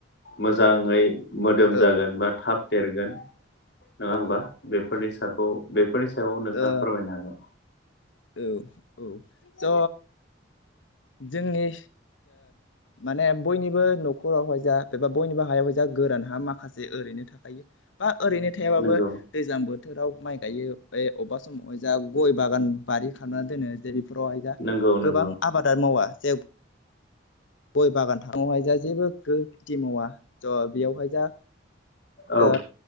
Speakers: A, on the left; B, on the left.
A: मोजाङै मोदोम
B: औ
A: जागोन बा थाब देरगोन नङा
B: औ
A: होमबा बेफोरनि साखौ बेफोरनि सायाव नोंथाङा
B: औ
A: फोरमायनो हागोन।
B: औ औ ज जोंनि माने बयनिबो न'खरावहाय जा एबा बयनिबो हायावहाय जा गोरान हा माखासे ओरैनो थाखायो। बा ओरैनो थायाबाबो
A: नंगौ
B: दैज्लां बोथोराव माइ गायो ए अबा सम अजा गय बागान बारि खालामनानै दोनो जे बेफोरावहाय दा
A: नंगौ नंगौ
B: गोबां आबादानो मावा जे गय बागान थानायहाय जा जेबो गो खिथि मावा ज' बेयावहाय जा
A: औ
B: ओ